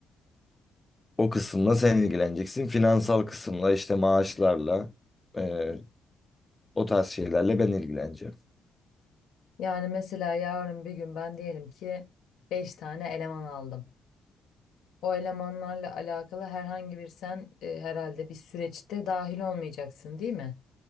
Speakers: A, on the left; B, on the left.
A: O kısımla sen ilgileneceksin. Finansal kısımla işte maaşlarla, e, O tarz şeylerle ben ilgileneceğim.
B: Yani mesela yarın bir gün ben diyelim ki 5 tane eleman aldım. O elemanlarla alakalı herhangi bir sen e, herhalde bir süreçte dahil olmayacaksın değil mi?